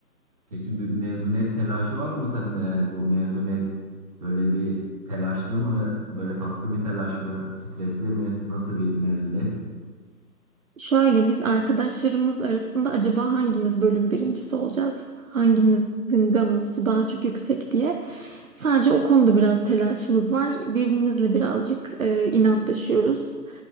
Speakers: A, on the right; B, on the right.
A: Peki bir mezuniyet telaşı var mı sende yani bu mezuniyet böyle bir telaşlı mı, böyle tatlı bir telaş mı, stresli mi, nasıl bir mezuniyet?
B: Şöyle biz arkadaşlarımız arasında acaba hangimiz bölüm birincisi olacağız? Hangimizin ganosu daha çok yüksek diye. Sadece o konuda biraz telaşımız var. Birbirimizle birazcık e, inatlaşıyoruz.